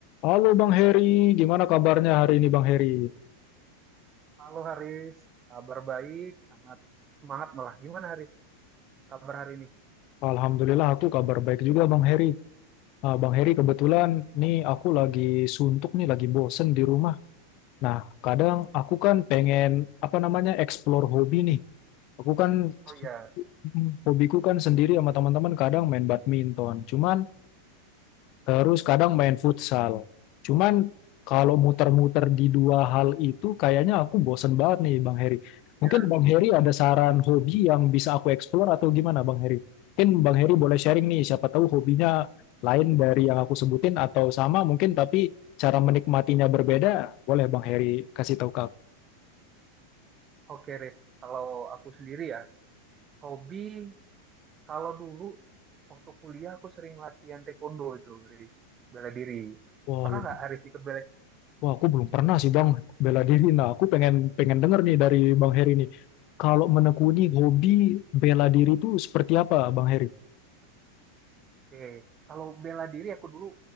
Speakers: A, on the left; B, on the right.
A: Halo Bang Heri, gimana kabarnya hari ini Bang Heri?
B: Halo Haris, kabar baik, sangat semangat malah. Gimana Haris, kabar hari ini?
A: Alhamdulillah aku kabar baik juga Bang Heri. Ah, Bang Heri kebetulan nih aku lagi suntuk nih, lagi bosen di rumah. Nah, kadang
B: Mhm.
A: aku kan pengen apa namanya explore hobi nih. Aku kan
B: Oh iya,
A: mm, hobiku kan sendiri sama teman-teman kadang main badminton. Cuman Terus kadang main futsal. Cuman kalau muter-muter di dua hal itu kayaknya aku bosen banget nih Bang Heri. Mungkin
B: Iya.
A: Bang Heri ada saran hobi yang bisa aku explore atau gimana Bang Heri? Mungkin Bang Heri boleh sharing nih siapa tahu hobinya lain dari yang aku sebutin atau sama mungkin tapi cara menikmatinya berbeda. Boleh Bang Heri kasih tahu ke aku.
B: oke Haris. Kalau aku sendiri ya, hobi kalau dulu waktu kuliah aku sering latihan taekwondo itu Haris, bela diri.
A: Wah,
B: Pernah
A: lu-
B: nggak Haris ikut bela?
A: wah aku belum pernah sih Bang bela diri. Nah, aku pengen pengen denger nih dari Bang Heri nih. Kalau menekuni hobi bela diri itu seperti apa Bang Heri?
B: Oke, kalau bela diri aku dulu